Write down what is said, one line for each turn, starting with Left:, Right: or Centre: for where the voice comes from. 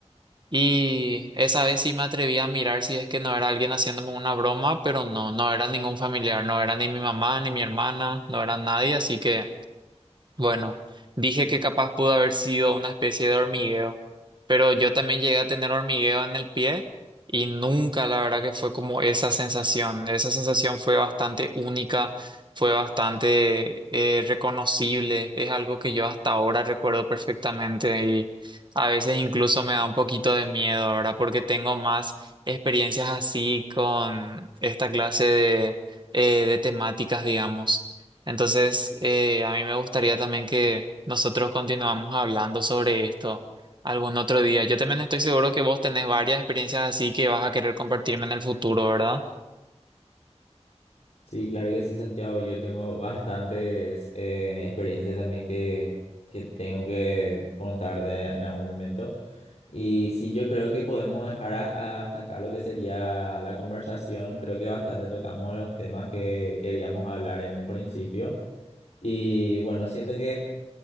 Right: y esa vez sí me atreví a mirar si es que no era alguien haciéndome una broma, pero no, no era ningún familiar, no era ni mi mamá, ni mi hermana, no era nadie, así que... Bueno, dije que capaz pudo haber sido una especie de hormigueo, pero yo también llegué a tener hormigueo en el pie y nunca, la verdad que fue como esa sensación. Esa sensación fue bastante única, fue bastante eh, reconocible, es algo que yo hasta ahora recuerdo perfectamente y a veces incluso me da un poquito de miedo ahora porque tengo más experiencias así con esta clase de, eh, de temáticas, digamos. Entonces, eh, a mí me gustaría también que nosotros continuamos hablando sobre esto algún otro día. Yo también estoy seguro que vos tenés varias experiencias así que vas a querer compartirme en el futuro, ¿verdad?
Left: Sí, claro que sí, Santiago. Yo tengo bastantes eh, experiencias también que, que tengo que contar de- en algún momento. Y sí, yo creo que podemos dejar a- a- hasta acá lo que sería la conversación. Creo que bastante tocamos los temas que queríamos hablar en un principio. Y bueno, siento que